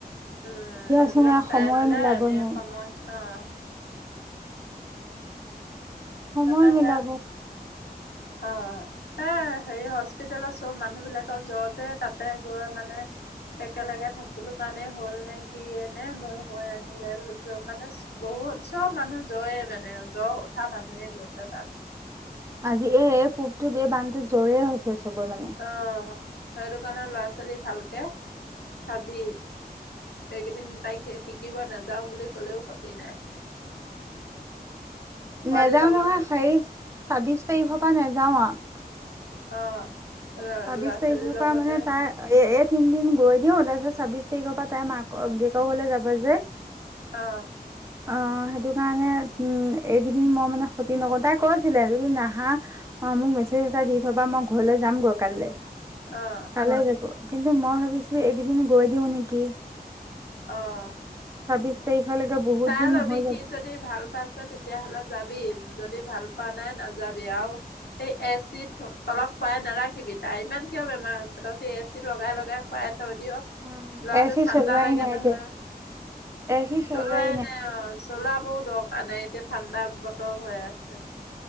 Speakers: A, on the left; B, on the right.
A: উম,
B: এতিয়াচোন
A: এইবিলাক
B: এয়া
A: চাই
B: সময়
A: পেলাই
B: মিলাব
A: এনে
B: নোৱাৰো
A: সময়। আহ!
B: সময়
A: নাপাহে
B: মিলাব
A: অ, এ হে হস্পিতেলত চব মানুহ বিলাকৰ জ্বৰ যে, তাতে গৈ মানে, একেলগে থাকিলো কাৰণে হ'ল নে, কিয়ে নে, মোৰ হৈ আহিলে মানে বহুত চব মানুহ জ্বয়ে মানে। জ্বৰ উঠা মানুহ হে গছাতাত
B: আজিয়ে এ কুক এই বানতো জোৰেই হৈছে। চবৰে মানে
A: অহ', সেইটো কাৰণে ল'ৰা-ছোৱালী ভালকে। চাবি। এইকেইদিন তাইক শিকিব নাজ যাওঁ বুলি ক'লেও ক্ষতি নাই। পোৱালিৰ
B: নেযাও
A: লগতে
B: নহয় সেই ছাব্বিশ তাৰিখৰ পৰা নে যাওঁ আ
A: অ
B: ছাব্বিশ
A: ল'ৰা ছোৱালীৰ
B: তাৰিখৰ
A: লগতে
B: পৰা মানে তাৰ এ এ তিনিদিন গৈ দিও তাৰপিছত ছাব্বিশ তাৰিখৰ পৰা তাই মাক দেউতাকৰ ঘৰলে যাব যে।
A: অ
B: অ সেইটো কাৰণে উ এইকেইদিন মই মানে ক্ষতি নক, তাই কৈছিলে যদি নাহা অ মোক মেছেজ এটা দি থবা মই ঘৰলৈ যামগৈ কাইলৈ।
A: অ',
B: কালে যিবো। কিন্তু মই ভাবিছো এইকেইদিন গৈ দিওঁ নেকি!
A: অহ
B: ছাব্বছ তাৰিখলৈকে বহুত
A: চাই
B: দিন
A: লবি
B: হৈ যাব
A: সি যদি ভাল পাইছে তেতিয়াাহলে যাব বি যদি ভাল পোৱা নাই না যাবি আও সেই এ চি তলত খুৱাই নাৰাখিবি তাৰ ইমান কিয় বেমাৰ হৈছে তহতি এ চি লগাই লগাই হোৱাই থয় দিয়
B: অ
A: লৰাটো
B: এ চি
A: ঠাণ্ডা
B: চলোৱাই
A: লাগে
B: নাই
A: নহয়।
B: যে এ চি চলোৱাই
A: লোৱাই নাই অ মচলা বোৰ দৰকাৰ নাই এতিয়া ঠাণ্ডা বতৰ হৈ আছে।